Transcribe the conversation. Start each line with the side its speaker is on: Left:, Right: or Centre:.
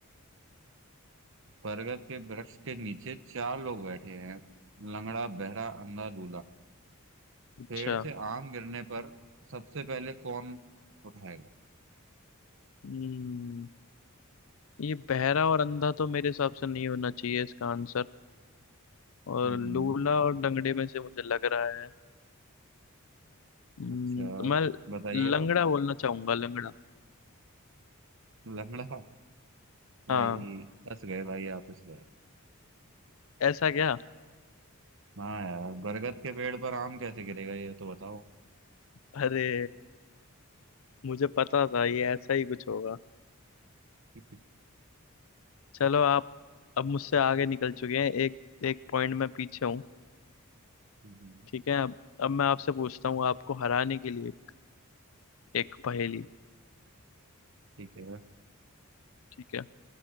Right: बरगद के वृक्ष के नीचे चार लोग बैठे हैं लंगड़ा बहरा अंधा लूला
Left: अच्छा
Right: पेड़ से आम गिरने पर सबसे पहले कौन उठाएगा
Left: हम्म ये बहरा और अंधा तो मेरे हिसाब से नहीं होना चाहिए इसका आंसर और
Right: हम्म
Left: लूला और लंगड़े में से मुझे लग रहा है हम्म,
Right: अच्छा
Left: तो मैं
Right: बताइए
Left: लंगड़ा
Right: तो
Left: बोलना चाहूंगा लंगड़ा
Right: लंगड़ा भाई
Left: हाँ
Right: फंस गए भाई आप इसमें
Left: ऐसा क्या
Right: हाँ यार बरगद के पेड़ पर आम कैसे गिरेगा ये तो बताओ
Left: अरे मुझे पता था ये ऐसा ही कुछ होगा
Right: <laughs>
Left: चलो आप अब मुझसे आगे निकल चुके हैं एक एक पॉइंट में पीछे हूँ
Right: हम्म।
Left: ठीक है अब अब मैं आपसे पूछता हूँ आपको हराने के लिए एक पहेली
Right: ठीक है
Left: ठीक है